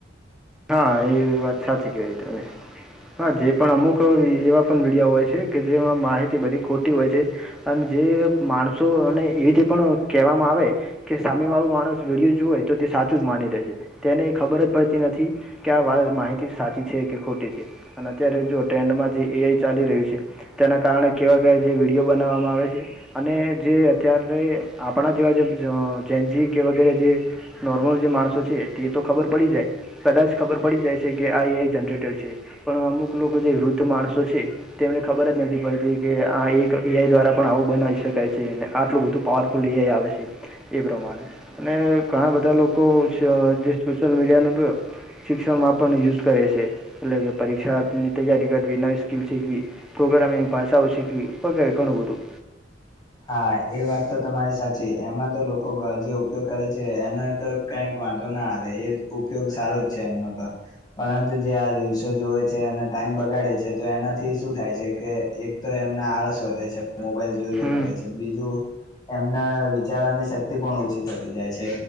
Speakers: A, in the centre; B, on the left.
A: હા એ વાત સાચી કહી તમે. હા જે પણ અમુક એવા પણ વિડયો હોય છે કે જેમાં માહિતી બધી ખોટી હોય છે અને જે માણસોને એવી રીતે પણ કહેવામાં આવે કે સામે વાળો માણસ વિડીયો જોઈ તો તે સાચું જ માની લે છે તેને ખબર જ પડતી નથી કે વાત માહિતી સાચી છે કે ખોટી છે અને અત્યારે જુ ટ્રેન્ડમાં જે એ આઈ ચાલી રહ્યું છે. તેના કારણે કેવા કેવાય જે વિડીયો બનાવવામાં આવે છે અને જે અત્યારે આપણા જેવા જા જેનજી કે વગેરે જે નોર્મલ જે માણસો છે તે તો ખબર પડી જાય. કદાચ ખબર પડી જાય છે કે આ એ જનરેટર છે પણ અમુક લોકો જે વૃદ્ધ માણસો છે તેને ને ખબર જ નથી પડતી કે આ એક એ આઈ દ્વારા પણ આવું બનાવી શકાય છે આટલું બધું પાવરફુલ એ આઈ અવે છે એ પ્રમાણે અને ઘણા બધા લોકો જે સોશિયલ મીડિયા ન તો શિક્ષણમાં આપણને યુઝ કરે છે એટલે કે પરીક્ષાની તૈયારી કરવી નવી સ્કીલ શીખવી. પ્રોગ્રામિંગ પાસાઓ શીખવી <unintelligible> ઘણું બધું.
B: હા એ વાત તો તમારી સાચી એમાં તો લોકો જે ઉપયોગ કરે છે એને તો કઈક વાંધો ના આવે એ ઉપયોગ સારો જ છે એમનો તો પરંતુ જે આ રીલ્સો જોવે છે અને ટાઈમ બગાડે છે તો એનાથી શું થાય છે કે એક તો એ એમને આળસ વધે છે મોબાઈલ જોજ
A: હમ
B: કરે જો એમના વિચારવાની શક્તિ પણ ઓછી થતી જાય છે